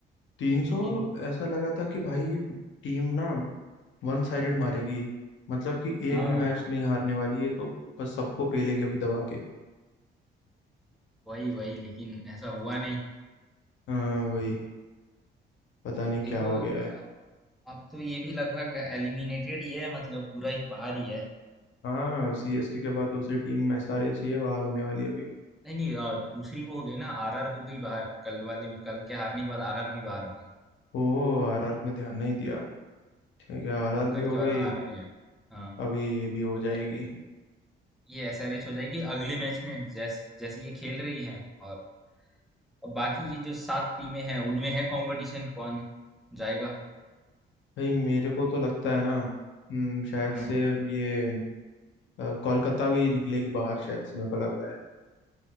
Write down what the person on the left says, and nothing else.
तीन सौ
ऐसा लगा था कि भाई ये टीम ना वन साइडेड मारेगी मतलब कि
एक भी मैच नहीं हारने वाली है तो बस सबको पेलेगी अभी दबा के
हाँ वही पता नहीं
क्या हो गया
है
हाँ सीएसके के बाद दूसरी टीम में एसआरएच ही है बाहर होने वाली अभी
ओ आरआर में ध्यान नहीं दिया ठीक है आरआर
भी
हो
गई
अभी ये भी हो जाएगी
भाई मेरे को तो लगता है ना हम्म, शायद
से ये अ, कोलकाता भी निकलेगी बाहर शायद से मेरे को लग रहा है